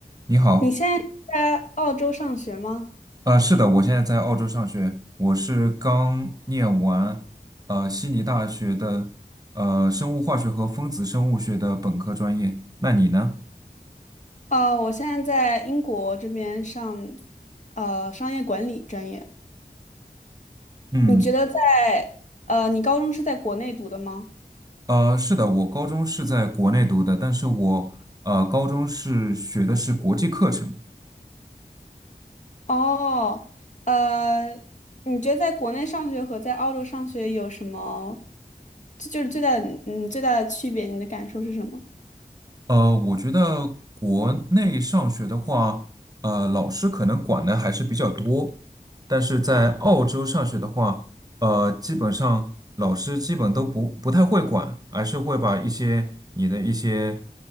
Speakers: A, on the right; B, on the left.
A: 你好，
B: 你现在在澳洲上学吗？
A: 呃，是的，我现在在澳洲上学，我是刚念完呃悉尼大学的呃生物化学和分子生物学的本科专业。那你呢？
B: 哦，我现在在英国这边上，呃，商业管理专业。
A: 嗯，
B: 你觉得在，呃，你高中是在国内读的吗？
A: 呃，是的，我高中是在国内读的，但是我呃高中是学的是国际课程，
B: 哦，呃，你觉得在国内上学和在澳洲上学有什么，这就是最大的，嗯，最大的区别，你的感受是什么？
A: 呃，我觉得国内上学的话，呃，老师可能管的还是比较多，但是在澳洲上学的话，呃，基本上老师基本都不不太会管，而是会把一些你的一些，